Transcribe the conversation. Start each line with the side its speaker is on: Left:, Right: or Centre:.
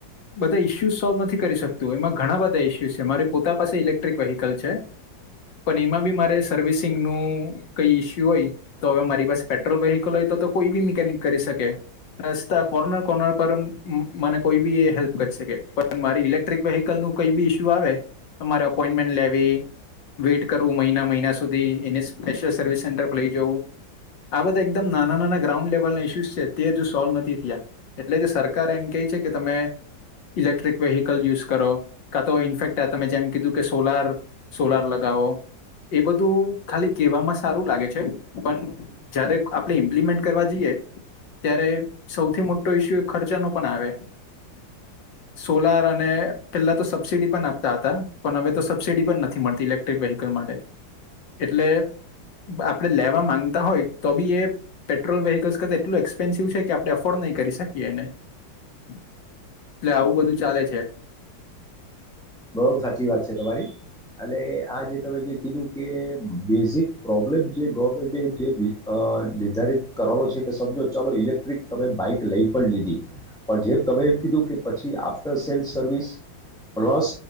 Left: બધા ઇશ્યુઝ સોલ્વ નથી કરી શકતું એમાં ઘણા બધા ઇશ્યુઝ છે મારી પોતા પાસે ઇલેક્ટ્રિક વ્હીકલ છે પણ એમાં બી મારે સર્વિસિંગનું કઈ ઇશ્યુ હોય તો હવે મારી પાસે પેટ્રોલ વ્હીકલ હોય તો તો કોઈ બી મિકેનિક કરી શકે રસ્તા કોર્નર કોર્નર પર મને કોઈ બી એ હેલ્પ કરી શકે પણ મારી ઇલેક્ટ્રિક વેહીકલ ન કોઈ બી ઇસ્યુ આવે મારે અપોઈન્ટમેન્ટ લેવી વેટ કરવું મહિના મહિના સુધી એ સ્પેશિયલ સર્વિસ સેન્ટર પર લઈ જવું આ બધા એકમ નાના ગ્રાઉન્ડ લેવલ ના ઇશ્યુ છે તે હજુ સોલ્વ નથી થયા એટલે સરકારે એમ કહી છે કે તમે ઇલેક્ટ્રિક વેહકલ યુઝ કરો કા તો ઇફેક્ટ તમે જેમ કીધું કે સોલાર સોલાર લગાવો એ બધું ખાલી કહેવામાં સારું લાગે છે પણ જયારે આપણે ઇમ્પ્લિમેન્ટ કરવા જઈએ ત્યારે સૌથી મોટો ઇસ્યુ ખર્ચાનો પણ આવે સોલાર અને પેલા તો સબસિડી પણ આપતા હતા પણ હવે તો સબસિડી પણ નથી મળતી ઇલેક્ટ્રિક વેહકલ માટે એટલે આપણે લેવા માંગતા હોય તો બી એ પેટ્રોલ વેહકલ્સ કર એટલું એક્સપેન્સિવ છે કે આપણે એફોર્ડ નહી કરી શકીએ એને એટલે આવું બધું ચાલે છે.
Centre: બઉ સાચી વાત છે તમારી અને આ જે તમે જે કીધું કે બેઝિક પ્રોબ્લેમ જે ગવર્મેન્ટ જે અ નિર્ધારિત કરવાનો છે કે સમજો ચાલો ઇલેક્ટ્રિક તમે બાઈક લઈ પણ લીધી પણ જેમ તમે એમ કીધું કે પછી after sales service plus